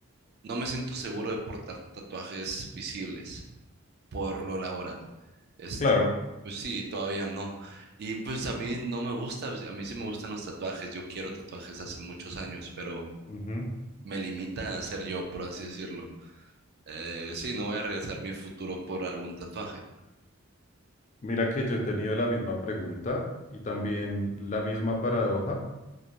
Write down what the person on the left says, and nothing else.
claro.
Ujú.
Mira que yo he tenido la misma pregunta y también la misma paradoja,